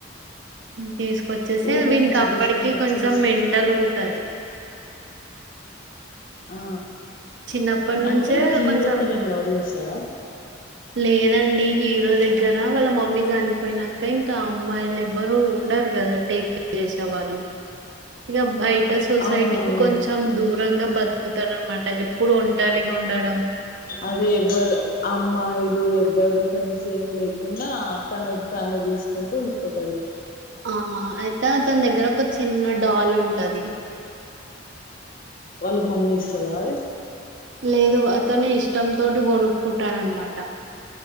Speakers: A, on the right; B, on the left.
A: తీసుకొచ్చేసిే
B: ఊర్ల
A: వీనికి
B: నుంచి
A: అప్పటికి
B: తీసుకొని వచ్చేసి
A: కొంచెం మెంటల్ ఉంటది
B: ఆ
A: చిన్నప్పటి నుంచే
B: అంటే హీరో
A: కొంచెం
B: తనని లవ్ చేస్తాడా
A: లేదండి హీరో దగ్గర వాళ్ళ మమ్మీ చనిపోయినాక ఇంకా అమ్మాయిలు ఎవరుూ ఉండ రూ కదా టేక్ కేర్ చేసే వాళ్ళు ఇక బయ ట సొసైటీకి
B: అవునవును
A: కొంచెం దూరంగా బతుకుతాడ అనమాట ఎప్పుడు ఒంటరిగా ఉండడం
B: అది ఎవరు అమ్మాయి వలు ఎవ్వరు ఫ్రెండ్స్ ఏం లేకుండా తన తానే చేసుకుంటూ ఉండిపోతాడు
A: ఆహ్ అయితే అతని దగ్గర ఒక చిన్న డాల్ ఉంటది
B: వాళ్ళ మమ్మీ ఇస్తద ఆది
A: లేదు అతనే ఇష్టం తోటి కొనుక్కుంటాడనమాట